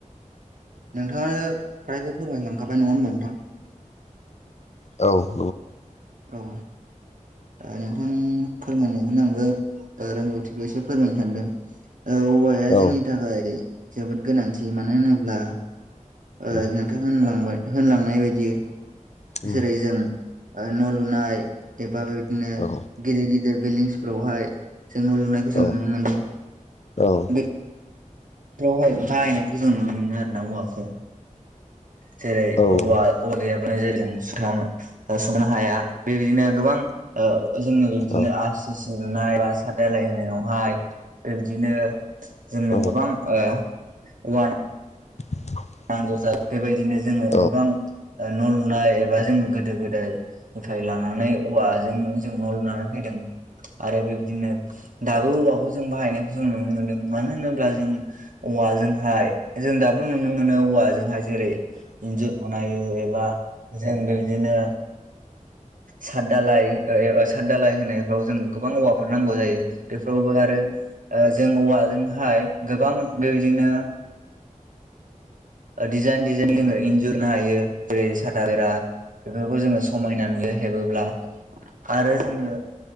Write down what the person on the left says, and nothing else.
औ <inaudible>
औ
उम
उम
औ
औ
औ
औ
औ
औ
<inaudible>
औ